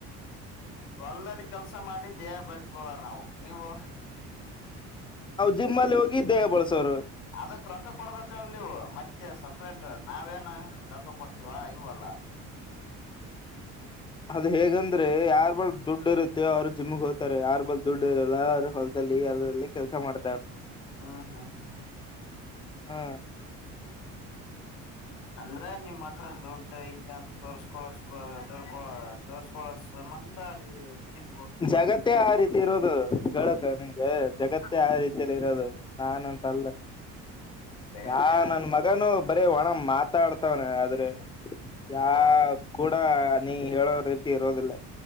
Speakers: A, on the left; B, on the left.
A: ಹೊಲ್ದಲ್ಲಿ ಕೆಲ್ಸ ಮಾಡಿ ದೇಹ ಬೆಳಸ್ಕೊಳ್ಳಾರ ನಾವು. ನೀವು
B: ಜಿಮ್ಮಲ್ಲಿ ಹೋಗಿ ದೇಹ ಬಳಸೋರು
A: ಅದಕ್ಕ ರೊಕ್ಕ ಕೊಡ್ಬೇಕಲ್ಲ್ ನೀವು ಮತ್ತೆ ಸಪ್ರೇಟ್ ನಾವೇನ್ ರೊಕ್ಕ ಕೊಡ್ತೀವಾ ಇಲ್ವಲ್ಲ.
B: ಅದು ಹೇಗಂದ್ರೆ ಯಾ ಬಲ್ ದುಡ್ಡ ಇರುತ್ತೆ ಅವ್ರು ಜಿಮ್ಗೆ ಹೋಗ್ತಾರೆ ಯಾರ್ ಬಲ್ ದುಡ್ ಇರಲ್ಲ ಅವರು ಹೊಲ್ದಲ್ಲಿ ಅದರಲ್ಲಿ ಕೆಲಸ ಮಾಡ್
A: ಹಾ ಹಾ ಹ್ಮ್
B: ಹ
A: ಅಂದ್ರ ನಿಮ್ಮ್ ಹತ್ರ ದುಡ್ಡ ಐತಂತ ತೋರ್ಸ್ಕೊಳ ತೋರ್ಕೊ ತೋರ್ಸ್ಕೊಳ ನೀವು ಜಿಮ್
B: ಜಗತ್ತೇ ಆ ರೀತಿ ಇರೋದು ಕ ನಿಂಗ ಜಗತ್ತೇ ಆ ರೀತಿ ಇರೋದು ನಾನಂತಲ್ಲ
A: ಹೋಗ್ಬೇಕು
B: ಯಾ
A: ಆ
B: ನನ್
A: ತರ
B: ಮಗನು ಬರೀ ಒಣ ಮಾತಾಡ್ತವ್ರೆ ಆದ್ರೆ ಯಾವ್
A: ಹಾ
B: ಕೂಡ ನೀ ಹೇಳೋ ರೀತಿ ಇರೋದಿಲ್ಲ